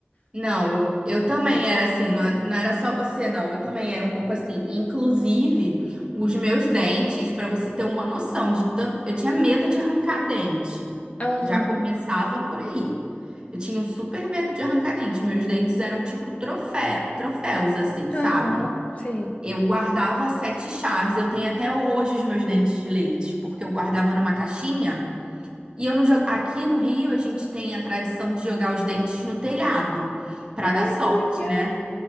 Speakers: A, on the right; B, on the left.
A: Não, eu, eu também era assim, não, é- não era só você, não. Eu também era um pouco assim. Inclusive, os meus dentes, para você ter uma noção de tanto. Eu tinha medo de arrancar dente.
B: Aham,
A: Já começava por aí. Eu tinha um super medo de arrancar dente. Meus dentes eram tipo trofé, troféus, assim, sabe?
B: aham, sei.
A: Eu guardava sete chaves. Eu tenho até hoje os meus dentes de leite, porque eu guardava numa caixinha. E eu não jogo. Aqui no Rio, a gente tem a tradição de jogar os dentes no telhado, pra
B: Ai,
A: dar sorte,
B: que legal!
A: né?